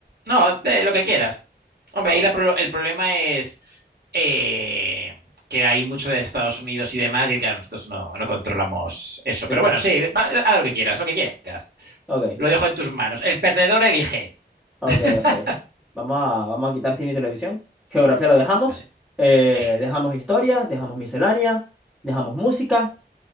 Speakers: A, on the right (about 60°); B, in the centre.
A: no, de lo que quieras. Hombre,
B: Ok.
A: ahí la pro- el problema es eh, que hay mucho de Estados Unidos y demás, y claro, nosotros no, no controlamos eso.
B: Sí.
A: Pero bueno, sí, va- haz lo que quieras, lo que quieras.
B: Ok,
A: Lo dejo en tus manos. El perdedor elige.
B: ok,
A: <laughs>
B: ok. Vamos a, vamos a quitar cine y televisión. Geografía lo dejamos.
A: Vale.
B: Eh,
A: Sí,
B: dejamos historia, dejamos miscelánea, dejamos música.